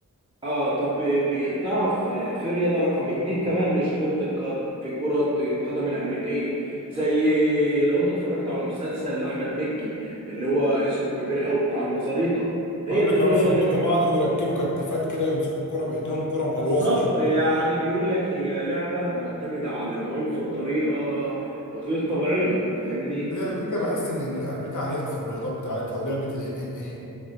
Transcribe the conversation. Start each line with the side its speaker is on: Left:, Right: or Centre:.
Right: اه طب ب- تعرف آه، في رياضة رقم اتنين كمان مش كرة القدم في كرة القدم الأمريكية زي لو أنت اتفرجت على مسلسل لأحمد مكي اللي هو اسمه الكبير أوي بتاع المزاريطة هي
Left: اه اللي
Right: دي
Left: كانوا
Right: الرياضة
Left: بيخبطوا
Right: اللي كان
Left: بعض ويركبوا كتافات كده ويمسكوا الكرة بايديهم كرة مقلوظه
Right: بالظبط
Left: شويه
Right: يعني بيقول لك هي لعبة معتمدة على العنف بطريقة غير طبيعية فاهمني
Left: دي امريكا بحس ان امريكا امريكا عنيفه في الرياضات بتاعتها ولعبه الام ام